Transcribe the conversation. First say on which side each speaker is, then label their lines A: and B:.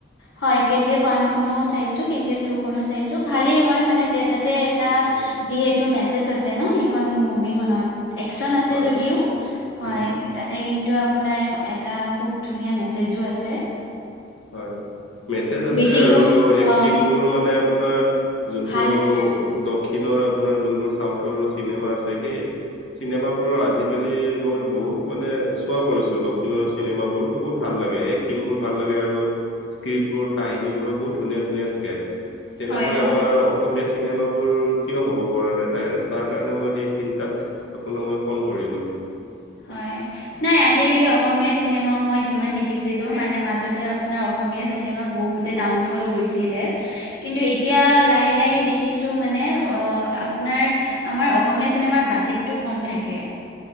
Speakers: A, on the left; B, on the left.
A: হয় কে জি এফ ওৱান খনো চাইছো কে জি এফ টু খনো চাইছো ভালেই হয় মানে তাতে এটা
B: উম,
A: যিহেতু মেছেজ আছে ন সেই খন মুভিখনত একচন আছে
B: হয়,
A: যদিও হয়
B: উম।
A: তাতে কিন্তু টো আপোনাৰ এটা খুব ধুনীয়া মেছেজো আছে
B: হয় মেছেজ আছে
A: ব্যতিক্ৰমী
B: আৰু এক্টিংবোৰ
A: অ
B: মানে আপোনাৰ যোনটো
A: ভাল হৈছে
B: দক্ষিণৰ আপোনাৰ যোনবোৰ চাউথৰ চিনেমা আছে সেই চিনেমাবোৰৰ আজিকালি মই বহুত মানে চোৱা কৰিছোঁ দক্ষিণৰ চিনেমাবোৰ বহুত ভাল লাগে এক টিং বোৰ ভাল লাগে আৰু স্ক্ৰিপ্টবোৰ কাহিনী বোৰ বহুত ধুনীয়া ধুনীয়া থাকে তেনেকৈ
A: হয় হয়
B: আমাৰ অসমীয়া চিনেমাবোৰ কিয় হ'ব পৰা নাই তাই তাৰ কাৰণে মই সেই চিন্তাত আপোনাক মই ফোন কৰিলো।
A: হয়। নাই আজিকালি অসমীয়া চিনেমাও মই যিমান দেখিছিলোঁ মানে মাজতে আপোনাৰ অসমীয়া চিনেমা বহুতে ডাউন ফল গৈছিলে কিন্তু এতিয়া লাহে লাহে দেখিছোঁ মানে অ আপোনাৰ আমাৰ অসমীয়া চিনেমাৰ বাজেটটো কম থাকে,